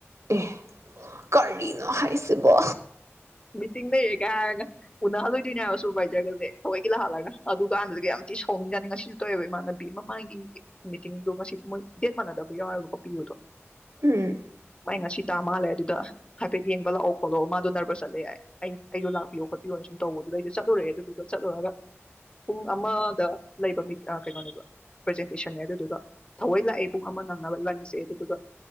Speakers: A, on the right (about 85°); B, on the left (about 20°).
A: ꯑꯦ ꯀꯔꯤꯅꯣ ꯍꯥꯏꯁꯤ ꯁꯤꯕꯣ
B: ꯃꯤꯇꯤꯡ ꯂꯩꯔꯤꯒ ꯍꯥꯏꯔꯒ ꯎꯅꯍꯜꯂꯣꯏꯗꯣꯏꯅꯦ ꯁꯨ ꯚꯥꯏꯖꯔꯒꯁꯦ ꯊꯧꯑꯣꯏꯒꯤ ꯂꯥꯛꯍꯜꯂꯒ ꯑꯗꯨ ꯀꯥꯟꯗꯨꯗꯤ ꯌꯥꯝ ꯊꯤ ꯁꯥꯎꯅꯤꯡꯑꯖꯥꯠꯅꯤ ꯉꯁꯤꯁꯨ ꯇꯧꯋꯦꯕ ꯏꯃꯥꯟꯅꯕꯤ ꯃ ꯃꯥꯡꯒꯤ ꯃꯤꯇꯤꯡꯗꯣ ꯉꯁꯤ ꯃꯣꯏ ꯗꯦꯠ ꯃꯥꯟꯅꯗꯕ ꯌꯥꯎꯑꫭꯕꯀꫭ ꯄꯤꯌꯨꯗꯣ꯫
A: ꯎꯝ
B: ꯃꯥꯏ ꯉꯁꯤ ꯇꯥ ꯃꯥꯜꯂꯦ ꯑꯗꯨꯗ ꯍꯥꯏꯐꯦꯠ ꯌꯦꯡꯕ ꯂꯥꯛꯑꯣ ꯈꯣꯠꯂꫭ ꯃꯥꯗꯨ ꯅꯔꯕꯁ ꯆꯠꯂꯦ ꯍꯥꯏ ꯑꯩꯁꯨ ꯂꯥꯛꯄꯤꯌꯣ ꯈꯣꯠꯄꯤꯌꯣꯅ ꯁꯨꯝ ꯇꯧꯕꯗꯨꯗ ꯑꯩꯁꯨ ꯆꯠꯂꯨꯔꯦ ꯑꯗꯨꯗꯨꯒ ꯆꯠꯂꯨꯔꯒ ꯄꯨꯡ ꯑꯃꯗ ꯂꯩꯕ ꯃꯤ ꯀꯩꯅꯣꯅꯦꯕ ꯄ꯭ꯔꯖꯦꯟꯇꯦꯁꯟꯅꯦ ꯑꯗꯨꯗꯨꯒ ꯊꯑꯣꯏ ꯂꯥꯛꯑꯦ ꯄꯨꯡ ꯑꯃ ꯅꯪꯅꯕ ꯂꯟꯁꯆꯛꯑꯦ ꯑꯗꯨꯗꯨꯒ